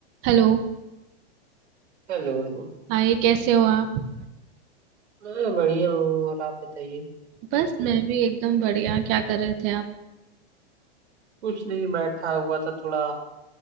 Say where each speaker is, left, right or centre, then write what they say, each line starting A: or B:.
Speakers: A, on the right; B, on the right.
A: Hello
B: Hello hello
A: Hi कैसे हो आप
B: मैं बढ़िया हूँ और आप बताइए कैसे
A: बस मैं
B: हैं
A: भी एकदम बढ़िया क्या कर रहे थे आप
B: कुछ नहीं बैठा हुआ था थोड़ा